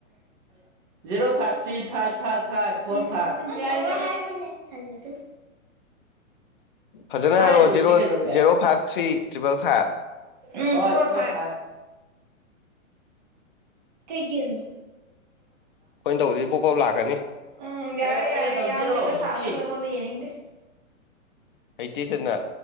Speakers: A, on the right; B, on the left.
A: zero five three five five five four five <unintelligible>
B: ꯐꯖꯅ
A: ꯍꯥꯏ
B: ꯍꯥꯏꯔꯣꯛꯑꯣ
A: ꯂꯣꯏꯗ꯭ꯔꯤ
B: ꯖꯦꯔꯣ
A: ꯀꯩꯗꯧꯒꯦ
B: zero five three triple five
A: um ꯍ ꯐꯣꯔ ꯐꯥꯏꯞ ꯀꯩ ꯀꯦꯅꯣ
B: ꯑꯩꯈꯣꯏꯅ ꯇꯧꯕꯗꯤ ꯄꯣꯞ ꯄꯣꯞ ꯂꯥꯛꯀꯅꯤ
A: ꯎꯝ ꯌꯥ <unintelligible> ꯉꯣꯟꯗ ꯌꯦꯅꯤꯡꯗꯦ
B: ꯍꯩꯇꯤ ꯍꯩꯇꯅ